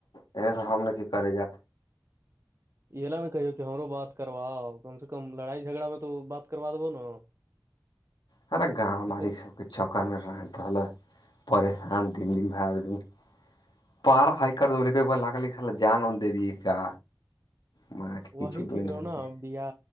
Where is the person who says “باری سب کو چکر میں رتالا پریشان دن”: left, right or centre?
Left